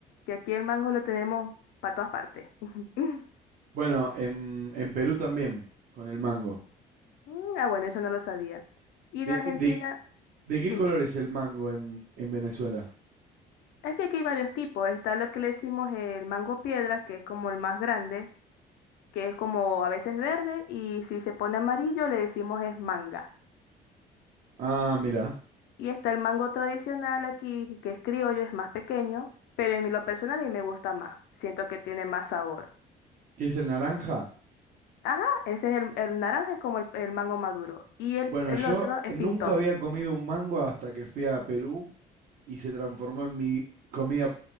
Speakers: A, on the left; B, on the right.
A: que aquí el mango lo tenemos para todas partes. <laughs>
B: Bueno, en, en Perú también, con el mango.
A: Mm, Ah, bueno, eso no lo sabía. Y en
B: ¿De,
A: Argentina,
B: de- de qué
A: dime,
B: color es el mango en, en Venezuela?
A: es que aquí hay varios tipos. Está lo que le decimos el mango piedra, que es como el más grande, que es como a veces verde, y si se pone amarillo le decimos es manga.
B: Ah, mira.
A: Y está el mango tradicional aquí, que es criollo, es más pequeño, pero en lo personal a mí me gusta más. Siento que tiene más sabor.
B: ¿Qué es el naranja?
A: Ajá, ese es el, el naranja, es como el, el mango maduro. Y el,
B: Bueno,
A: el
B: yo
A: otro es
B: eh, nunca
A: pintón,
B: había comido un mango hasta que fui a Perú y se transformó en mi comida,